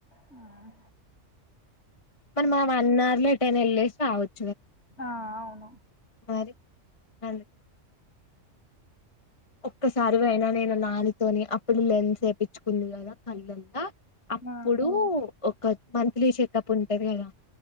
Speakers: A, on the left; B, on the left.
A: హ్మ్.
B: మరి మా వన్ అవర్ లో ఎటైనా వెళ్ళేసి రావచ్చు
A: ఆ అవును
B: మారి అది ఒక్కసారి అయినా నేను నానితోని అప్పుడు లెన్స్ ఏపీచ్చుకుంది కదా కళ్ళంతా అప్పుడు
A: ఆ
B: ఒక మంత్లీ చెకప్ ఉంటది కదా